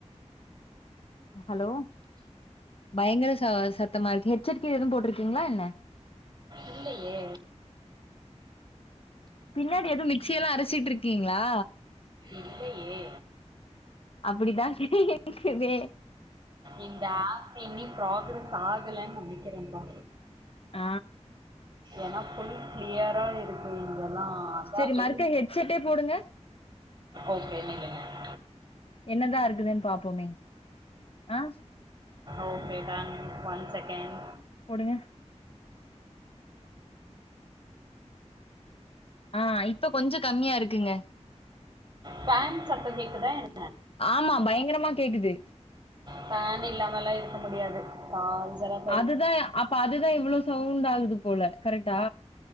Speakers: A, on the left (about 55°); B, on the right (about 40°).
A: ஹலோ பயங்கர ச சத்தமா இருக்கு ஹெச் செட் கீதும் எதும் போட்ருக்கீங்ளா என்ன
B: இல்லயே
A: பின்னாடி எதும் மிக்சி எல்லா அரைச்சிட்டு இருக்கீங்ளா
B: இல்லயே
A: அப்படிதா <unintelligible> கேக்குது
B: இந்த ஆப் எண்ணி ப்ராகரஸ் ஆகலன்னு நெனைக்கிறேப்பா
A: ஆ
B: எனக்குள் கிளியரா இருக்கு இங்கல்லா அத்தா
A: சரி மறுக்கா
B: எங்
A: ஹெட்செட்டே போடுங்க
B: ஓகே <unintelligible>
A: என்னதா இருக்குதுன்னு பாப்போமே ஆ
B: ஓக்கே டன் ஒன் செகண்ட்
A: போடுங்க ஆ இப்ப கொஞ்சோ கம்மியா இருக்குங்க
B: ஃபேன் சத்தம் கேக்குதா என்
A: ஆமா பயங்கரமா கேக்குது
B: ஃபேன் இல்லாம எல்லா இருக்க முடியாது கான்சரா
A: அதுதா அப்ப அதுதா இவ்வளவு சவுண்ட் ஆகுது போல கரெக்டா